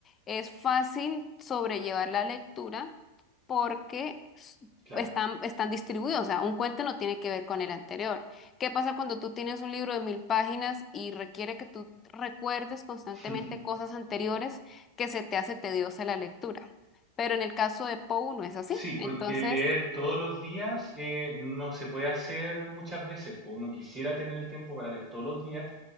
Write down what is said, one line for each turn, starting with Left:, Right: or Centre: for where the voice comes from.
Left: es fácil sobrellevar la lectura porque s-
Right: Claro.
Left: están, están distribuidos. O sea, un cuento no tiene que ver con el anterior. ¿Qué pasa cuando tú tienes un libro de mil páginas y requiere que tú recuerdes constantemente
Right: <laughs>
Left: cosas anteriores que se te hace tediosa la lectura? pero en el caso de Pou no es así.
Right: Sí, porque
Left: Entonces,
Right: leer todos los días eh, no se puede hacer muchas veces. pues, Uno quisiera tener el tiempo para leer todos los días,